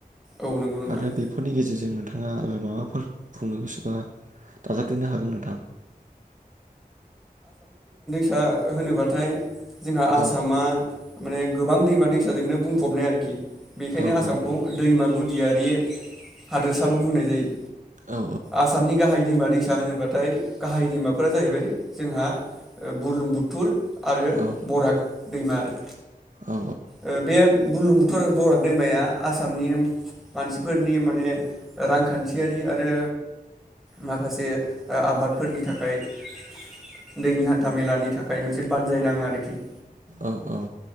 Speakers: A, in the centre; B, on the right.
A: औ नंगौ नोंथां
B: आरो
A: औ
B: बेफोरनि गेजेरजों नोंथां <unintelligible> माबाफोर बुंनो गोसोबा दाजाबदेरनो हागोन नोंथां।
A: दा होनोबाथाय जोंहा आसामा
B: औ
A: माने गोबां दैमा दैसाजोंनो बुंफबनाय आरोखि बेखायनो
B: औ
A: आसामखौ
B: औ
A: दैमा गुदियारि हादोरसाबो बुंनाय जायो
B: औ
A: आसामनि गाहाय। दैमा दैसा होनोबाथाय गाहाय दैमाफोरा जाहैबाय जोंहा बुरलुंबु थुर। आरो
B: औ
A: बराग दैमा आरो।
B: औ
A: ओ बे बुलुंबुथुर बराग दैमाया आसामनि मानसिफोरनि माने रांखान्थियारि आरो माखासे ओ आबाद फोरनि थाखाय दैनि हा हान्थामेलानि थाखाय मोनसे बानजाय नाङो आरोखि।
B: औ औ।